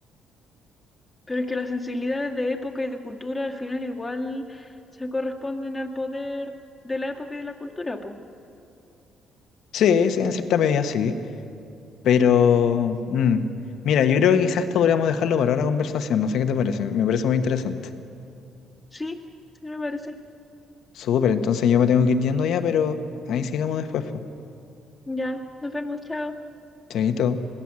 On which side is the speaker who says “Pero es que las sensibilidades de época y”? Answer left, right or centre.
Left